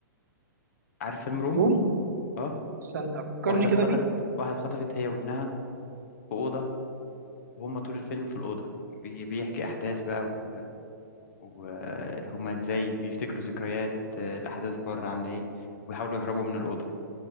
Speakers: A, on the left (about 45°); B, on the right (about 55°).
A: عارف فيلم روم
B: روم
A: اه
B: استنى فكرني
A: واحده اتخطفت
B: كده بيه
A: واحده اتخطفت هي وابنها في اوضه وهم طول الفيلم في الاوضه بي- بيحكي احداث بقى وهم ازاي بيفتكروا ذكريات آه، الاحداث بره عامله ايه وبيحاولوا يهربوا من الاوضه